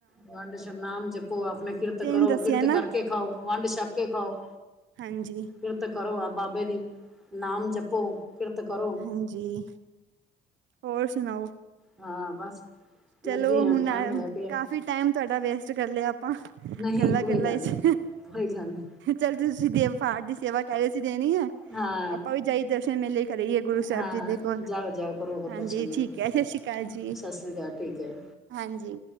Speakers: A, in the centre; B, on the right.
A: ਵੰਡ ਛਕੋ ਨਾਮ ਜਪੋ ਆਪਣੇ ਕਿਰਤ
B: ਤਿੰਨ
A: ਕਰੋ
B: ਦੱਸਿਆ
A: ਕਿਰਤ
B: ਨਾ
A: ਕਰਕੇ ਖਾਓ ਵੰਡ ਛਪ ਕੇ ਖਾਓ।
B: ਹਾਂਜੀ
A: ਕਿਰਤ ਕਰੋ ਆ ਬਾਬੇ ਦੀ ਨਾਮ ਜਪੋ। ਕਿਰਤ ਕਰੋ
B: ਹਾਂਜੀ ਹੋਰ ਸੁਣਾਓ
A: ਹਾਂ ਬਸ। ਲੱਗੇ
B: ਚਲੋ
A: ਆ
B: ਹੁਣ
A: ਟਾਈਮ ਹੋਇਆ ਪਿਆ
B: ਕਾਫ਼ੀ। ਟਾਈਮ ਤੁਹਾਡਾ ਵੇਸਟ ਕਰ ਲਿਆ ਆਪਾਂ
A: ਨਹੀਂ
B: ਗੱਲਾਂ
A: ਕੋਈ
B: ਗੱਲਾਂ
A: ਗੱਲ
B: ਚ।
A: ਨੀ ਕੋਈ ਗੱਲ ਨੀ
B: ਚੱਲ ਤੁਸੀਂ ਦੇਵ ਫਾਟ ਦੀ ਸੇਵਾ ਕਹਿ ਰਹੇ ਸੀ ਦੇਣੀ ਹੈ।
A: ਹਾਂ
B: ਆਪਾਂ ਵੀ ਜਾਈ ਦਰਸ਼ਨ ਮੇਲੇ ਕਰਾਈਏ ਗੁਰੂ
A: ਹਾਂ
B: ਸਾਹਿਬ ਜੀ ਦੇ ਕੋਲ
A: ਜਾਓ ਜਾਓ ਕਰੋ ਦਰਸ਼ਨ
B: ਹਾਂਜੀ
A: ਮੇਰੇ
B: ਠੀਕ ਹੈ ਅੱਛਾ ਸਤਿ ਸ੍ਰੀ ਅਕਾਲ। ਸਤਿ ਸ੍ਰੀ ਅਕਾਲ ਜੀ।
A: ਸਤਿ ਸ਼੍ਰੀ ਅਕਾਲ, ਠੀਕ ਹੈ।
B: ਹਾਂਜੀ